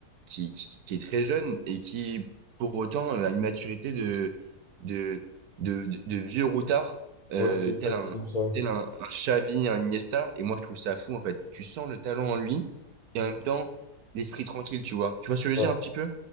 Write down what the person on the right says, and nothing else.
qui, qui, qui est très jeune et qui, pour autant, euh, a une maturité de, de, de, de, de vieux routard, euh,
tel un,
tel un, un Xavi, un Iniesta. Et moi, je trouve ça fou, en fait. Tu sens le talent en lui et en même temps, l'esprit tranquille, tu vois. Tu vois ce que je veux
dire un petit peu?